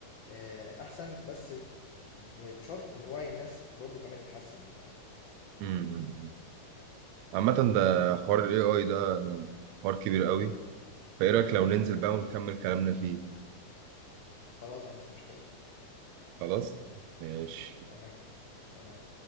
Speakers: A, on the left; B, on the right.
A: آه، احسن بس ب- بشرط ان وعي الناس برضو كمان يتحسن
B: امم عامة ده حوار ال AI ده أنا- حوار كبير قوي فايه رأيك لو ننزل بقى ونكمل كلامنا فيه
A: خلاص ما عنديش مشكله
B: خلاص ماشي
A: تمام سلام